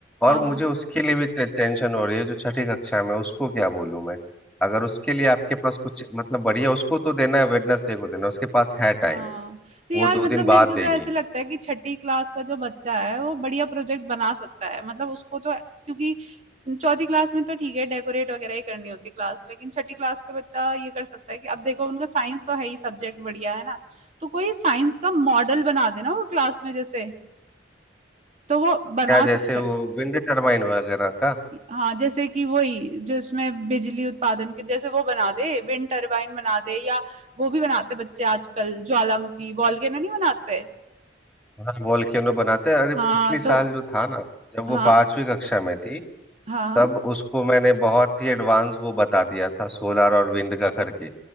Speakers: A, on the right; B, in the centre.
A: हाँ
B: और मुझे
A: हाँ
B: उसके लिए भी टे, टेंशन हो रही है जो छठी कक्षा में है, उसको क्या बोलूं मैं अगर उसके लिए आपके पास कुछ मतलब बढ़िया उसको तो देना है वेडनेसडे को देना है, उसके पास है टाइम
A: हाँ तो यार
B: वो दो
A: मतलब
B: दिन बाद
A: मेरे को तो
B: देगी
A: ऐसे लगता है कि छठी क्लास का जो बच्चा है वो बढ़िया प्रोजेक्ट बना सकता है मतलब उसको तो क्योंकि चौथी क्लास में तो ठीक है डेकोरेट वगैरह ही करनी होती क्लास लेकिन छठी क्लास का बच्चा ये कर सकता है कि अब देखो उनका साइंस तो है ही सब्जेक्ट बढ़िया है ना तो कोई साइंस का मॉडल बना देना वो क्लास में जैसे तो वो बना
B: क्या
A: सकता
B: जैसे वो
A: है
B: विंड टर्बाइन वगैरह का
A: हाँ जैसे कि वही जो इसमें बिजली उत्पादन के जैसे वो बना दे विंड टरबाइन बना दे या वो भी बनाते बच्चे आजकल ज्वालामुखी वोल्केनो नहीं बनाते
B: हाँ वॉल्केनो बनाते हैं अरे
A: हाँ
B: पिछली साल
A: तो
B: जो था ना जब वो
A: हाँ
B: पांचवी कक्षा में थी
A: हाँ
B: तब
A: हाँ।
B: उसको मैंने बहुत ही एडवांस वो बता दिया था सोलार और विंड का करके